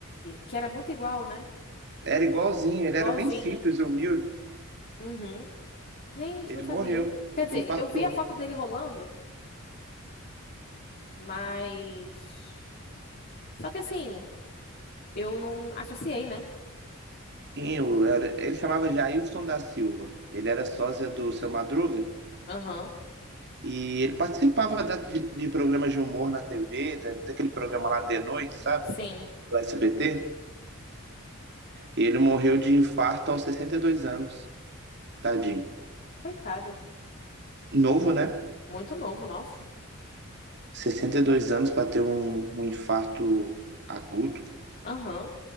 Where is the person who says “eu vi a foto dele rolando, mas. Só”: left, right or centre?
Left